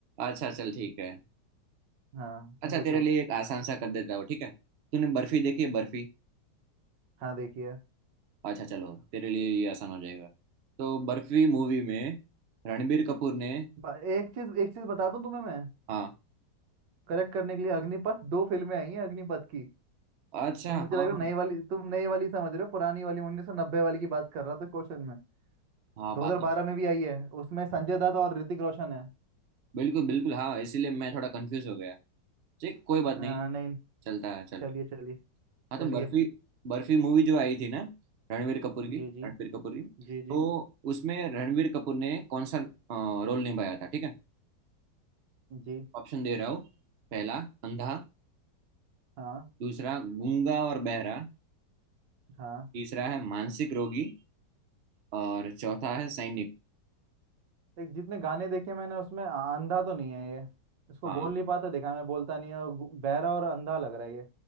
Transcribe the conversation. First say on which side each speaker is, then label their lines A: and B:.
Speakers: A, on the right (about 55°); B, on the right (about 80°).
A: अच्छा चल ठीक है
B: हाँ तुम
A: अच्छा
B: पूछो
A: तेरे लिए एक आसान सा कर देता हूँ ठीक है तूने बर्फी देखी है बर्फी
B: हाँ देखिए
A: अच्छा चलो तेरे लिए ये आसान हो जाएगा तो बर्फी मूवी में रणबीर कपूर ने
B: ब- एक चीज एक चीज बता दूं तुम्हें मैं
A: हाँ
B: करेक्ट करने के लिए अग्निपथ दो फिल्में आई हैं अग्निपथ की
A: अच्छा
B: तुम मुझे
A: हाँ
B: लग रहा है नई वाली तुम नई वाली समझ रहे हो पुरानी वाली 1990 वाली की बात कर रहा था क्वेश्चन में
A: हाँ
B: 2012
A: बात तो सही
B: में
A: है।
B: भी आई है उसमें संजय दत्त और ऋतिक रोशन है
A: बिल्कुल बिल्कुल हाँ इसीलिए मैं थोड़ा कंफ्यूज हो गया ठीक कोई बात नहीं
B: हाँ नहीं
A: चलता है चल
B: चलिए चलिए
A: हाँ
B: चलिए
A: तो बर्फी बर्फी मूवी जो आई थी ना रणबीर कपूर की
B: जी जी
A: रणबीर कपूर की
B: जी
A: तो
B: जी
A: उसमें रणबीर कपूर ने कौन सा रोल निभाया था ठीक है
B: जी
A: ऑप्शन दे रहा हूँ पहला अंधा
B: हाँ
A: दूसरा गूंगा और बहरा
B: हाँ
A: तीसरा है मानसिक रोगी और चौथा है सैनिक
B: देख जितने गाने देखे मैंने उसमें आ- अंधा तो नहीं है ये इसको
A: हाँ
B: बोल नहीं पाता देखा मैं बोलता नहीं है और गु- बहरा और अंधा लग रहा है ये